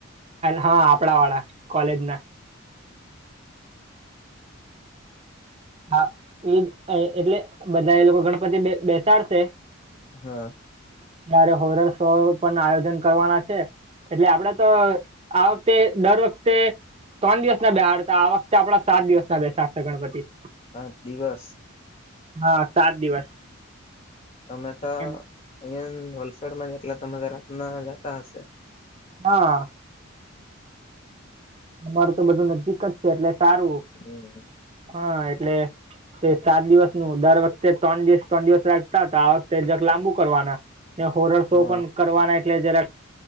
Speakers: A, on the right; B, on the left.
A: હ આપડાવાળા કોલેજના. હા એ એ એટલે બધા એ લોકો ગણપતિ બે બેસાડશે
B: હા.
A: <unintelligible> હોરર શો પણ આયોજન કરવાના છે. એટલે આપડે તો આ વખતે દર વખતે ત્રણ દિવસ ના બેહાડતા આ વખતે આપડા સાત દિવસ ના બેસાડશે ગણપતિ.
B: પાંચ દિવસ
A: હા સાત દિવસ.
B: તમે તો
A: એમ.
B: અહિયાં વલસાડમાં જ એટલે તમે રાતના જતા હશે.
A: હા. અમારું તો બધું નજીક જ છે એટલે સારું.
B: હમ્મ.
A: હા એટલે તે સાત દિવસ નું દર વખતે ત્રણ દિવસ ત્રણ દિવસ રાખતા હતા આ વખતે જરા લાંબુ કરવાના. ને હોરર શો
B: હા
A: પણ કરવાના એટલે જરાક